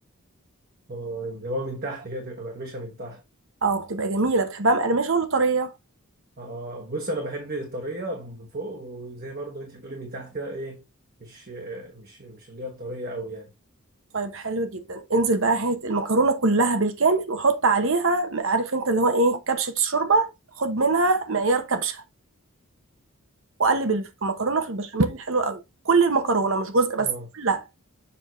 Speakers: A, on the right; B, on the right.
A: اه اللي هو من تحت كده تبقى مقرمشه من تحت
B: اه بتبقى جميلة بتحبها مقرمشة ولا طرية
A: اه بص انا بحب طريه من فوق وزي برضو انت بتقولي من تحت كده ايه مش مش مش اللي هي الطريه قوي يعني
B: طيب حلو جدا انزل بقى هات المكرونة كلها بالكامل وحط عليها عارف انت اللي هو ايه كبشة الشوربة خد منها معيار كبشة وقلب المكرونة في البشاميل حلو قوي كل المكرونة مش جزء بس
A: اه
B: كلها